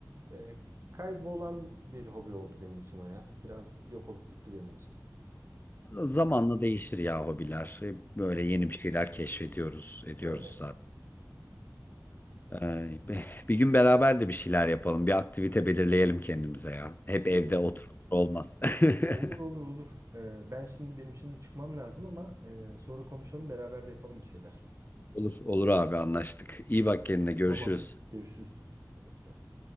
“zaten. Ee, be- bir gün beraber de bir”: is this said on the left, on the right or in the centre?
Left